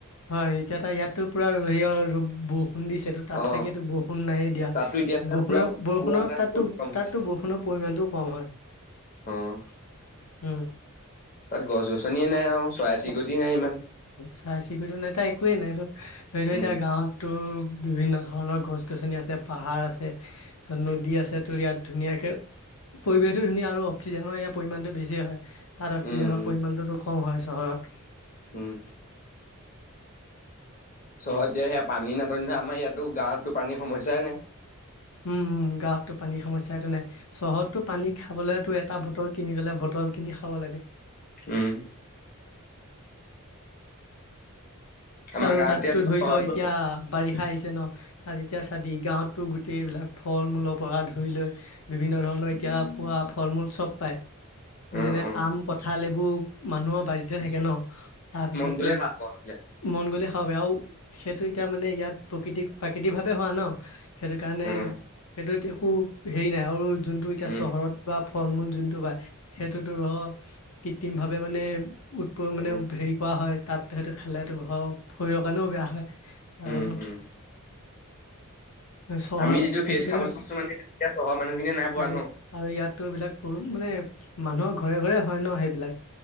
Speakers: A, on the left; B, on the left.
A: হয়, এতিয়া তা ইয়াততো পুৰা হেয়া ৰ'দ ব বৰষুণ দিছে তো তাত
B: অ
A: চাগে বৰষুণ নাইয়েই দিয়া
B: তাতো এতিয়া
A: বৰষুণ
B: পুৰা
A: বৰষুণত
B: পুৰা মানে
A: তাতো
B: বহুত গৰম হৈছে
A: তাতো বৰষুণত পৰিমণটোও কম হয়
B: অ
A: উম।
B: তাত গছ গছনিয়ে নাই আৰু। চৰাই চিৰিকটি
A: ত
B: নাই ইমান
A: চাই চি দিও নাই তাই একোৱে নাইতো ধৰি থৰি
B: উম
A: এতিয়া গাঁৱততো বিভিন্ন ধৰণৰ গছ গছনি আছে পাহাৰ আছে তাৰচত নদী আছে তো ইয়াত ধুনীয়াকে। পৰিৱেশটো ধুনীয়া আৰু অক্সিজেনৰ ইয়াৰ পৰিমাণটো বেছি হয়। তাত অক্সিজেনৰ
B: উম উম
A: পৰিমাণটোতো কম হয় চহৰত।
B: উম। চহৰত এতিয়া সেয়া পানী নাটনি ধ আমাৰ ইয়াতো গাঁৱতো পানীৰ সমস্যাই নাই।
A: উম গাঁৱততো পানীৰ সমস্যয়াটো নাই চহৰতটো পানী খাবলেতো এটা বটল কিনি পলে বটল কিনি খাব লাগে।
B: উম। আমাৰ
A: আৰু
B: গাঁৱত
A: তাততো
B: এতিয়া
A: ধৰি
B: চহৰতো
A: থ এতিয়া
B: অ
A: বাৰিষা আহিছে ন তাত এতিয়া চাবি গাঁৱত টো গোটেই এইবিলাক ফল মূলৰ পৰা ধৰি লৈ বিভিন্ন ধৰণৰ এতিয়া পোৱা ফল মূল চব পায়।
B: উম
A: যেনে
B: উম
A: আম, কঠাল এইবোৰ মানুহৰ বাৰী তে থাকে ন তাৰপিছত
B: মন গ'লে সাৰ পাওঁ এইবিলাক
A: মন গ'লে খাব পাৰি আৰু সেইটো এতিয়া মানে ইয়াত প্ৰকৃতিক প্ৰাকৃতিক ভাৱে হোৱা ন? সেইটো কাৰণেই,
B: উম
A: সেইটোত একো হেৰি নাই আৰু জোনটো এতিয়া
B: উম
A: চহৰত বা ফল মূল যোনটো বা সেইটোতো কৃত্ৰিম ভাৱে মানে উৎপ মানে
B: উম
A: হেৰি কৰা হয় তাত সটো খালে শৰীৰৰ কাৰণেও বেয়া হয়। আৰু
B: উম উম
A: চহৰৰ
B: আমি
A: সেইটো
B: যিটো ফ্ৰেছ
A: কেনে
B: খাবলৈ
A: সেই
B: পাইছো মানে এতিয়া চহৰৰ মানুহখিনিয়ে নাই পোৱা ন
A: আৰু ইয়াতো এই বিলিলাক মানে মানুহৰ ঘৰে ঘৰে হয় ন সেইবিলাক।